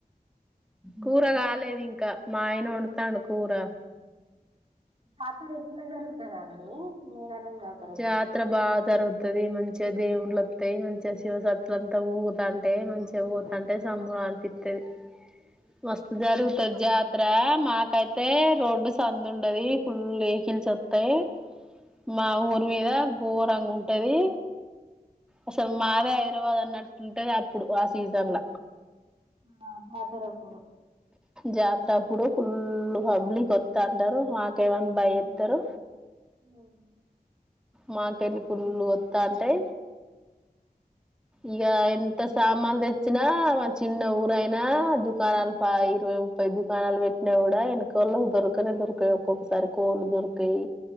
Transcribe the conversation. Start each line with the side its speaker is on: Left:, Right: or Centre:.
Centre: కూర కాలేదు ఇంకా మా ఆయన వండుతాండు కూర
Right: తాతరేట్ల జరుగుతది జరుగుతరండి మేనారంజాత్
Centre: జాతర బా జరు తది మంచిగా దేవుళ్ళలు అత్తయి మంచిగా శివసతులు అంతా ఊగుతాంటే మంచిగా ఊతంటే సమ్ము పితది
Right: హా
Centre: మస్తు జరుగుతది జాతర మాత్ కైతే రోడ్డు సందు ఉండది ఫుల్ వేకిల్స్ వస్తయి మా ఊర్ మీద గోరంగుంటది అసలు మాదే హైదరాబాదన్నట్టుంటది అప్పుడు ఆ సీజన్ల
Right: ఆ జాతరప్పుడు
Centre: జాతర అప్పుడు ఫుల్ పబ్లిక్ వస్త అంటారు మాకేమన్నా భయ ఎస్తారు
Right: ఉమ్
Centre: మాకెళ్ళి పుల్లు వత్తా అంటే ఇక ఎంత సాప్ మ్మలు తెచ్చినా మా చిన్న ఊరయినా దుకాణాలు ఇరవై ముప్పై దుకాణాలు పెట్టినా కూడా వెనక కొలకు దొరకనే దొరకయోక్కొక్కసారి కోల్ దొరకయి